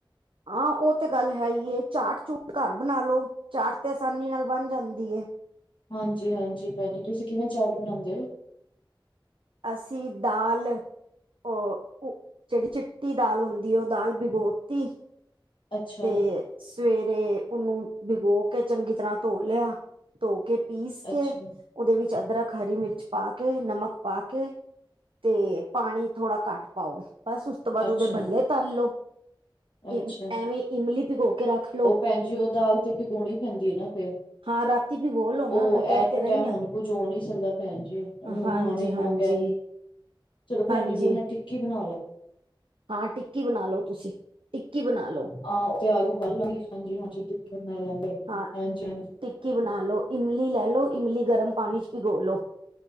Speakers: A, on the right; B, on the left.
A: ਹਾਂ, ਓਹ ਤੇ ਗੱਲ ਹੈਈ ਏ, ਚਾਟ-ਚੂਟ ਘਰ ਬਣਾ ਲੋ। ਚਾਟ ਤੇ ਆਸਾਨੀ ਨਾਲ ਬਣ ਜਾਂਦੀ ਏ।
B: ਹਾਂਜੀ ਹਾਂਜੀ, ਭੈਣ ਜੀ ਤੁਸੀਂ ਕਿਵੇਂ ਚਾਟ ਬਣਾਂਦੇ ਔ?
A: ਅਸੀਂ ਦਾਲ ਓ ਉ ਜੇੜੀ ਚਿੱਟੀ ਦਾਲ ਹੁੰਦੀ ਏ ਓਹ ਦਾਲ ਬਿਗੋਤੀ।
B: ਅੱਛਾ
A: ਤੇ ਸਵੇਰੇ ਉਹਨੂੰ ਭਿਗੋ ਕੇ ਚੰਗੀ ਤਰ੍ਹਾਂ ਧੋ ਲਿਆ- ਧੋ ਕੇ, ਪੀਸ
B: ਅੱਛਾ
A: ਕੇ, ਉਹਦੇ ਵਿੱਚ ਅਦਰਕ, ਹਰੀ ਮਿਰਚ ਪਾ ਕੇ, ਨਮਕ ਪਾ ਕੇ- ਕੇ ਤੇ ਪਾਣੀ ਥੋੜਾ ਘੱਟ ਪਾਓ ਬਸ ਉਸ ਤੋਂ ਬਾਅਦ
B: ਅੱਛਾ
A: ਉਹਦੇ ਭੱਲੇ ਤਾਲ ਲਓ, ਏਵੇਂ
B: ਅੱਛਾ
A: ਐਵੇਂ ਇਮਲੀ ਭਿਗੋ ਕੇ ਰੱਖ ਲੋ
B: ਉਹ ਭੈਣ ਜੀ ਉਹ ਦਾਲ ਤੇ ਭਿਗੋਣੀ ਪੈਂਦੀ ਹੈ ਨਾ ਫਿਰ?
A: ਹਾਂ ਰਾਤੀ ਭਿਗੋ ਲੋ ਨਾ
B: ਉਹ
A: ਮੈਂ ਕਹਿ
B: ਐਟ
A: ਤੇ ਰਹੀ
B: ਟੈਮ
A: ਹਾਂ
B: ਹਣ ਕੁਝ ਹੋ ਨਹੀ ਸਕਦਾ ਭੈਣ ਜੀ ਹੁਣ
A: ਹਾਂਜੀ
B: ਹਣ ਇਨਾ-
A: ਹਾਂਜੀ
B: ਚਲੋ ਭੈਣ
A: ਹਾਂਜੀ
B: ਜੀ ਫੇਰ ਮੈਂ ਟਿੱਕੀ ਬਣਾ ਲਾ
A: ਹਾਂ ਟਿੱਕੀ ਬਣਾ ਲਓ ਤੁਸੀਂ, ਟਿੱਕੀ ਬਣਾ ਲਓ।
B: ਹਾਂ-ਹਾਂ, ਦਿਹਾੜੀ ਬਣ ਜਾਂਦੀ ਹਾਂਜੀ-ਹਾਂਜੀ, <unintelligible>
A: ਹਾਂ
B: ਹਾਂਜੀ-ਹਾਂਜੀ
A: ਟਿੱਕੀ ਬਣਾ ਲੋ ਇਮਲੀ ਲੈ ਲਓ ਇਮਲੀ ਗਰਮ ਪਾਣੀ ਚ ਭਿਗੋ ਲਓ।